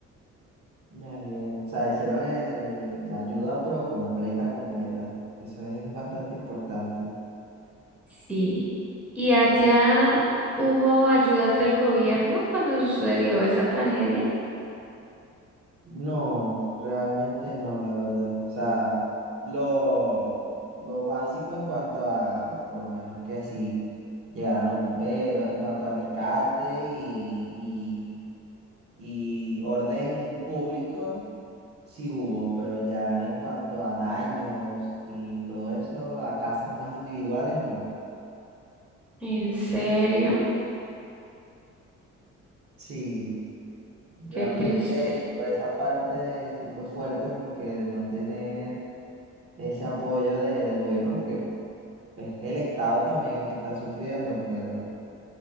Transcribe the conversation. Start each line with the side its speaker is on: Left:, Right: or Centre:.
Right: Me alegro. O sea, hicieron el, la ayuda, pero completa, completa. Eso es bastante importante.
Centre: Sí. ¿Y allá hubo ayudas del gobierno cuando sucedió esa tragedia?
Right: No, realmente no, la verdad. O sea, lo, lo básico en cuanto a, por lo menos que si llegaran los bomberos, en cuanto a rescate y, y orden público sí hubo, pero ya en cuanto a daños y todo eso, a casas más individuales, no.
Centre: ¿En serio?
Right: Sí,
Centre: Qué
Right: realmente
Centre: triste.
Right: por esa parte sí fue fuerte porque no tener ese apoyo de- del gobierno, porque es el Estado también el que está sufriendo, pero